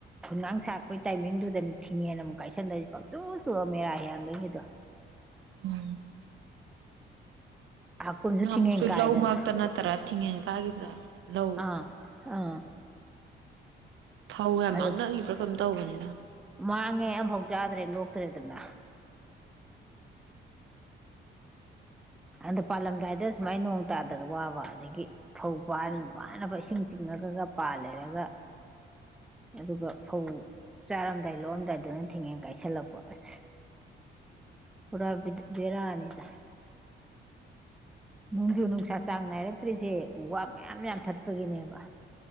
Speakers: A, in the centre; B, on the right.
A: ꯈꯨꯅꯥꯡ ꯁꯥꯛꯄꯒꯤ ꯇꯥꯏꯃꯤꯡꯗꯨꯗ ꯊꯤꯡꯉꯦꯅ ꯑꯃꯨꯛ ꯀꯥꯏꯁꯟꯗꯣꯏꯁꯦ ꯄꯥꯛꯆꯨ ꯆꯨꯔ ꯃꯦꯔꯥ ꯍꯤꯌꯥꯡꯒꯩꯒꯤꯗꯣ꯫
B: ꯎꯝ
A: ꯍꯥꯀꯨꯝꯁꯨ
B: ꯅꯍꯥꯟꯃꯨꯛꯁꯨ
A: ꯊꯤꯡꯉꯦꯟ ꯀꯥꯏꯗꯅ
B: ꯂꯧ ꯃꯔꯛꯇ ꯅꯠꯇꯔꯥ ꯊꯤꯡꯉꯦꯟ ꯀꯥꯏꯒꯤꯕꯗꯣ ꯂꯧ
A: ꯑꯡ ꯍꯥ꯫
B: ꯐꯧ ꯌꯥꯝ
A: ꯑꯗꯨ
B: ꯃꯥꯡꯅꯒꯤꯕ꯭ꯔꯥ ꯀꯩꯅꯣꯝ ꯇꯧꯕꯅꯦ <unintelligible>
A: ꯃꯥꯡꯉꯦ ꯑꯃꯝꯕꯥꯎ ꯆꯥꯗ꯭ꯔꯦ ꯂꯣꯛꯇ꯭ꯔꯦꯗꯅ꯫ ꯑꯗꯣ ꯄꯥꯜꯂꯝꯗꯥꯏꯗ ꯁꯨꯃꯥꯏꯅ ꯅꯣꯡ ꯇꯥꯗꯅ ꯋꯥꯕ ꯑꯗꯒꯤ ꯐꯧ ꯄꯥꯜ ꯋꯥꯅꯕ ꯏꯁꯤꯡ ꯆꯤꯡꯉꯒꯒ ꯄꯥꯜꯂꯦꯒ ꯑꯗꯨꯒ ꯐꯧ ꯆꯥꯔꯝꯗꯥꯏ ꯂꯣꯛꯑꯝꯗꯥꯏꯗꯅ ꯊꯦꯡꯉꯦꯟ ꯀꯥꯏꯁꯜꯂꯛꯄ ꯑꯁ ꯄꯨꯔꯥ ꯕꯦꯔꯥꯅꯤꯗ꯫ ꯅꯣꯡꯖꯨ ꯅꯨꯡꯁꯥ ꯆꯥꯡ ꯅꯥꯏꯔꯛꯇ꯭ꯔꯤꯁꯦ ꯎ ꯋꯥ ꯃꯌꯥꯝ ꯌꯥꯝ ꯊꯠꯄꯒꯤꯅꯦꯕ